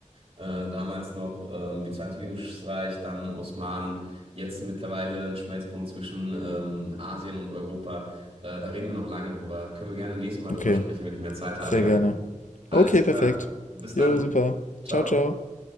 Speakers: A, on the right; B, on the left.
A: Äh, damals noch ähm, Byzantinisches Reich, dann Osmanen, jetzt mittlerweile ein Schmelzpunkt zwischen ähm, Asien und Europa. Äh, da reden wir noch lange drüber. Können wir gerne nächstes Mal drüber
B: okay.
A: sprechen, wenn ich mehr Zeit habe,
B: Sehr
A: ja?
B: gerne.
A: Alles
B: Okay,
A: klar.
B: perfekt.
A: Bis
B: Jo,
A: dann.
B: super.
A: Ciao.
B: Ciao, ciao.